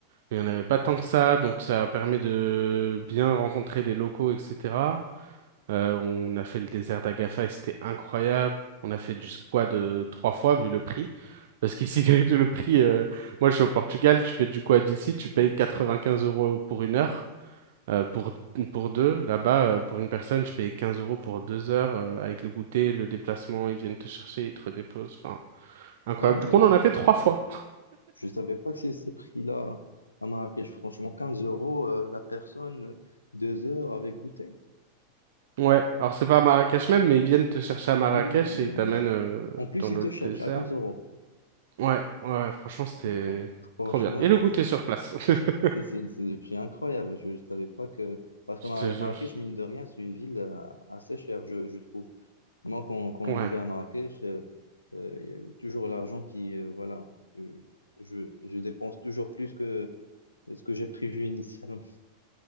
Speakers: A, on the right (about 55°); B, on the left (about 80°).
A: Il n'y en avait pas tant que ça, donc ça permet de bien rencontrer les locaux, etc. Euh, on a fait le désert d'Agafay, c'était incroyable. On a fait du squad euh, trois fois vu le prix. Parce qu'ici, <laughs> le prix, euh, moi je suis au Portugal, tu fais du quad ici, tu payes 95 euros pour une heure, euh, pour, pour deux. Là-bas, euh, pour une personne, tu payes 15 euros pour deux heures, euh, avec le goûter, le déplacement, ils viennent te chercher, ils te redéposent. Enfin, incroyable.
B: Ah ouais,
A: Du coup, on en a fait
B: d'accord.
A: trois fois.
B: Je savais pas que c'est ces prix-là à Marrakech. Franchement, 15 euros euh, la personne, euh, deux heures avec goûter.
A: Ouais, alors c'est pas à Marrakech même, mais ils viennent te chercher à Marrakech
B: Oui, oui, euh,
A: et ils t'amènent
B: oui.
A: euh,
B: En plus,
A: dans le
B: ils te cherchent
A: désert.
B: à 15 euros.
A: Ouais, ouais, franchement, c'était
B: Fran- Franchement,
A: trop bien. Et
B: ça,
A: le goûter sur place. <laughs>
B: C'est c'est des prix incroyables. Je ne savais pas que. Parce
A: Je
B: que Mara-
A: te jure.
B: Marrakech, mine de rien, c'est une ville euh, assez chère, je, je trouve. Moi, quand, quand
A: Ouais,
B: j'y vais à Marrakech, euh, euh, il y a toujours l'argent qui. euh, voilà. euh, je, je dépense toujours plus que ce que j'ai prévu initialement. <laughs>